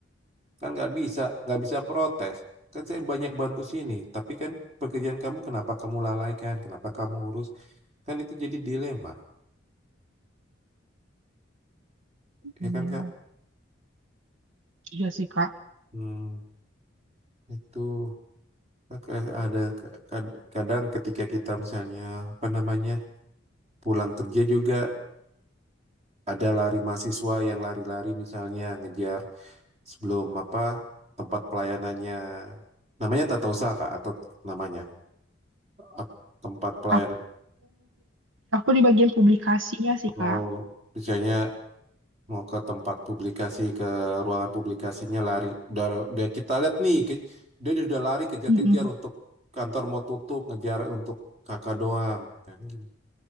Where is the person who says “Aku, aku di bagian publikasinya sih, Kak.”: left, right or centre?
Right